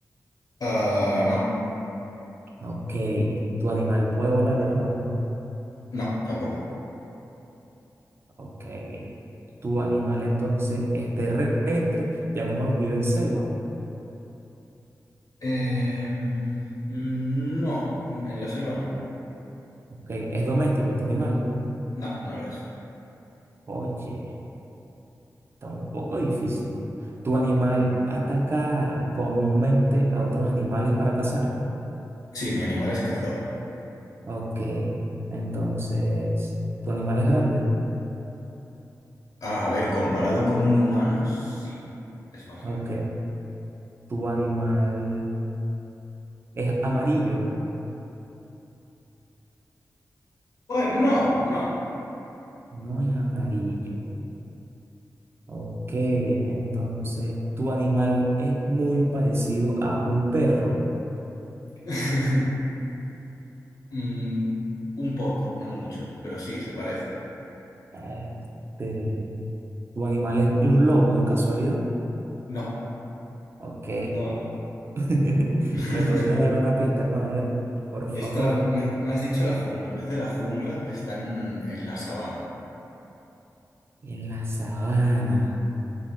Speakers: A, on the left; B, on the right.
A: Ah, no,
B: Ok. ¿Tu animal puede volar, hermano?
A: no, tampoco.
B: Ok. Tu animal entonces es terrestre, llamémoslo vive en selva.
A: Em, mm, no, en la selva no.
B: Ok. Es doméstico tu animal.
A: No, no lo es.
B: Oye, está un poco difícil. Tu animal
A: Ujú.
B: ataca comúnmente a otros animales para cazar.
A: Sí, mi animal es cazador.
B: Ok. Entonces, tu animal es grande.
A: A ver, comparado con un humano, sí, es más
B: Ok.
A: grande.
B: Tu animal es amarillo.
A: Bueno, no, no.
B: No es amarillo. Ok. Entonces, tu animal es muy parecido a un perro.
A: <laughs> Mm, un poco, no mucho, pero sí, se parece.
B: Este, ¿tu animal es un lobo de casualidad?
A: No,
B: Ok.
A: no.
B: <laughs>
A: <laughs>
B: ¿Me podrías dar una pista, hermano? A ver, por
A: Está,
B: favor.
A: me, me has dicho la jungla. En vez de la jungla, está en, en la sabana.
B: En la sabana.